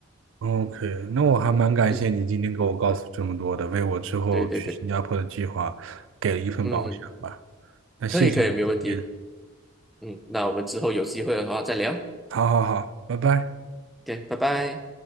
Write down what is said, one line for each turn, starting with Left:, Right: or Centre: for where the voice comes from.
Right: OK，那我还蛮感谢你今天给我告诉这么多的，
Centre: 嗯，
Right: 为我之后去新加坡的计划给了一份保险吧。
Centre: 对对对。嗯，
Right: 那谢谢你今天，
Centre: 可以可以，没问题。嗯，那我们之后有机会的话再聊。
Right: 好好好，拜拜。
Centre: OK，拜拜。